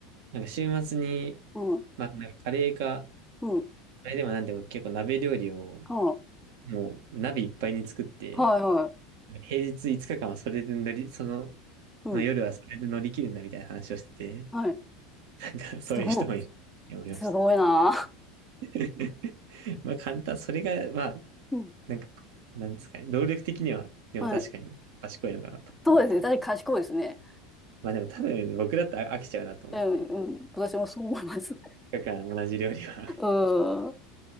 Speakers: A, on the right; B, in the centre.
A: なんか週末に、
B: うん。
A: まあ、なんかカレーか
B: うん。
A: あれでもなんでも結構鍋料理を
B: は
A: もう鍋いっぱいに作って、
B: あ、はいは
A: 平日5日間はそれで乗り、その、
B: い。うん。
A: の夜はそれで乗り切るんだみたいな話をしてて、
B: はい。
A: <laughs> なんかそういう人もいるって思いました。
B: すごい。すごいな。
A: <laughs> まあ簡単、それがまあ、
B: うん。
A: なんか、なんですかね、労力的には、でも確かに賢いのかなとか思ったり。
B: はい。そうですね。大体賢いですね。
A: まあでも多分僕だったら飽きちゃうなと思って、
B: うん、うん。私もそう思います。
A: だから同じ料理は
B: <laughs> うん。